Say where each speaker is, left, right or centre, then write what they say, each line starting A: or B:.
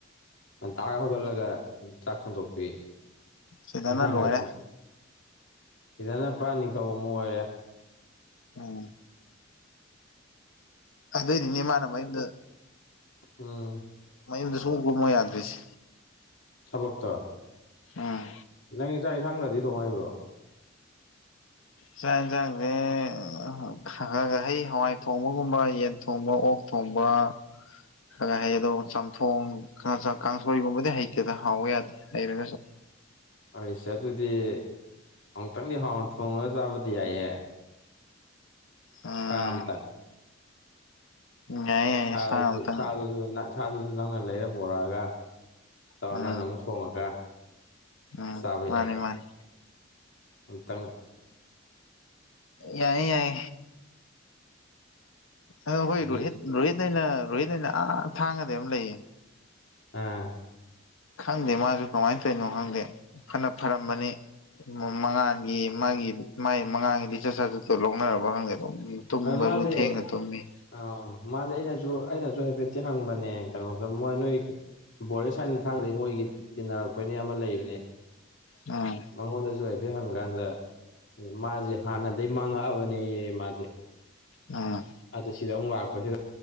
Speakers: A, on the left; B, on the left.
A: ꯉꯟꯇꯥꯥꯛꯒ ꯍꯧꯒꯠꯂꯒ ꯆꯥꯛ ꯊꯣꯡꯗꯣꯛꯄꯤ
B: ꯁꯤꯗꯅ
A: ꯏꯟꯁꯥꯡ
B: ꯂꯣꯏꯔꯦ
A: ꯉꯥꯏꯥꯛꯇ ꯐꯗꯅ ꯄ꯭ꯔꯥ ꯅꯤꯡꯊꯧ ꯑꯃ ꯑꯣꯏꯔꯦ
B: ꯎꯝ ꯑꯗꯨꯏꯅꯤꯅꯦ ꯃꯥꯅ ꯃꯨꯝꯗ
A: ꯑꯥ
B: ꯃꯌꯨꯝꯗ ꯁꯨꯝ ꯀꯨꯝꯃ ꯌꯥꯗ꯭ꯔꯤꯁꯦ
A: ꯊꯕꯛꯇꯛꯇ
B: ꯎꯝ
A: ꯅꯪ ꯆꯥꯛ ꯏꯟꯁꯥꯡꯗꯗꯤ ꯊꯣꯡꯉꯏꯕ꯭ꯔꯣ
B: ꯆꯥꯛ ꯌꯦꯟꯁꯥꯡꯁꯦ ꯈ ꯈꯒ ꯍꯩ ꯍꯋꯥꯏ ꯊꯣꯡꯕꯒꯨꯝꯕ ꯌꯦꯟ ꯊꯣꯡꯕ ꯑꯣꯛ ꯊꯣꯡꯕ ꯈ ꯍꯩ ꯑꯗꯣ ꯆꯝꯊꯣꯡ ꯀꯥꯡꯁꯣꯏꯒꯨꯝꯕꯗꯤ ꯍꯩꯇꯦꯗ ꯍꯥꯎꯕ ꯌꯥꯗꯦ ꯍꯩꯔꯒꯁꯨ
A: ꯑꯔꯤꯁꯠ ꯑꯗꯨꯗꯤ ꯑꯃꯨꯛꯇꯪꯗꯤ ꯍꯥꯎꯅ ꯊꯣꯡꯉꯒ ꯆꯥꯕꯗꯤ ꯌꯥꯏꯍꯦ
B: ꯎꯝ
A: ꯁꯥꯝꯇꯪ
B: ꯌꯥꯏ ꯌꯥꯏ
A: ꯁꯔ
B: ꯁꯥ
A: ꯁ
B: ꯑꯝꯇꯪ
A: ꯁꯔꯨ ꯁ ꯏꯁꯥꯗꯨꯁꯨ ꯅꯪꯅ ꯂꯩꯔ ꯄꯨꯣꯔꯛꯑꯒ ꯇꯧꯔ
B: ꯎꯝ
A: ꯅꯪꯅ ꯑꯃꯨꯛ ꯊꯣꯡꯉꯒ
B: ꯎꯝ
A: ꯆꯥꯕ
B: ꯃꯥꯅꯤ
A: ꯌꯥꯏꯦ
B: ꯃꯥꯅꯤ
A: ꯑꯝꯛꯇꯪ
B: ꯌꯥꯏ ꯌꯥꯏ ꯑ ꯍꯣꯏ ꯔꯣꯍꯤꯠ
A: ꯌꯦ
B: ꯔꯣꯍꯤꯠ ꯑꯩꯅ ꯔꯣꯍꯤꯠ ꯑꯩꯅ ꯑꯥ ꯊꯥꯡꯉꯗꯤ ꯑꯃ ꯂꯩꯌꯦ
A: ꯑꯥ
B: ꯈꯪꯗꯦ ꯃꯥꯁꯨ ꯀꯃꯥꯏꯅ ꯇꯧꯔꯤꯅꯣ ꯈꯪꯗꯦ ꯐꯅ ꯐꯔꯝꯕꯅꯤ ꯃꯉꯥꯜꯒꯤ ꯃꯥꯒꯤ ꯃꯥꯒꯤ ꯃꯉꯥꯜꯒꯤ ꯔꯤꯆꯥꯔ ꯆꯥꯔꯖꯗꯣ ꯂꯧꯅꯔꯕ ꯈꯪꯗꯦ ꯑꯗꯨꯝ ꯇꯨꯝꯕꯁꯨ
A: ꯃꯥꯁꯦ
B: ꯊꯦꯡꯅ ꯇꯨꯝꯃꯤ
A: ꯑ ꯃꯥꯁꯦ ꯑꯩꯅꯁꯨ ꯑꯩꯅꯁꯨ ꯍꯥꯏꯐꯦꯠꯇꯤ ꯍꯪꯕꯅꯦ ꯀꯩꯅꯣꯗ ꯃꯣꯏ ꯅꯣꯏ ꯕꯣꯔꯦꯁ ꯍꯥꯏꯅ ꯐꯥꯡꯗꯦ ꯃꯣꯏꯒꯤ ꯇꯤꯟꯅꯔꯛꯄꯩꯅꯦ ꯑꯃ ꯂꯩꯕꯅꯦ
B: ꯎꯝ
A: ꯃꯉꯣꯟꯗꯁꯨ ꯍꯥꯏꯐꯦꯠ ꯍꯪꯀꯥꯟꯗ ꯃꯥꯁꯦ ꯍꯥꯟꯅꯗꯒꯤ ꯃꯥꯡꯉꯛꯑꯕꯅꯦ ꯃꯥꯗꯤ
B: ꯎꯝ
A: ꯑꯗꯨ ꯁꯤꯗ ꯑꯃꯨꯛ ꯂꯥꯛꯄꯁꯤꯗ